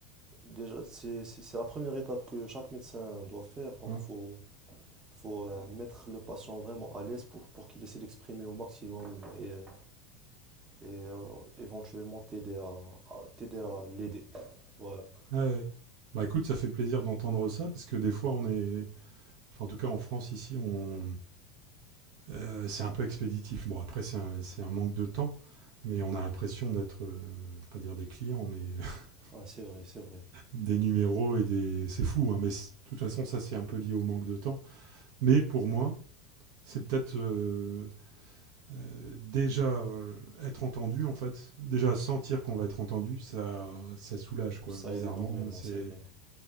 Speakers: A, on the right; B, on the right.
A: Déjà, c'est, c'est- c'est la première étape que chaque médecin doit faire, donc
B: Ouais.
A: faut, faut euh, mettre le patient vraiment à l'aise pour, pour qu'il essaie d'exprimer au maximum et euh, et euh, éventuellement t'aider à, à- t'aider à l'aider. <laughs> Voilà.
B: Ah Ouais. Bah écoute, ça fait plaisir d'entendre ça parce que des fois on est, enfin en tout cas en France ici on euh, c'est un peu expéditif. Bon, après, c'est un, c'est un manque de temps, mais on a l'impression d'être, euh, je vais pas dire des clients, mais <laughs>
A: ah c'est vrai, c'est vrai.
B: des numéros et des. C'est fou, hein, mais c- de toute façon, ça, c'est un peu lié au manque de temps. Mais pour moi, c'est peut-être euh, euh, déjà euh, être entendu, en fait. Déjà sentir qu'on va être entendu, ça, ça soulage, quoi.
A: Ça
B: Bizarrement,
A: aide énormément,
B: c'est.
A: c'est vrai.